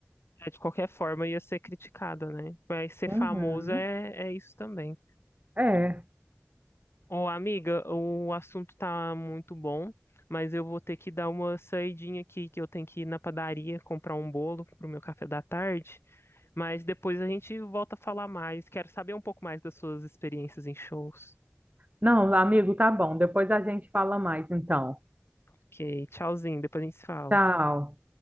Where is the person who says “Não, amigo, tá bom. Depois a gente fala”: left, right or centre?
Right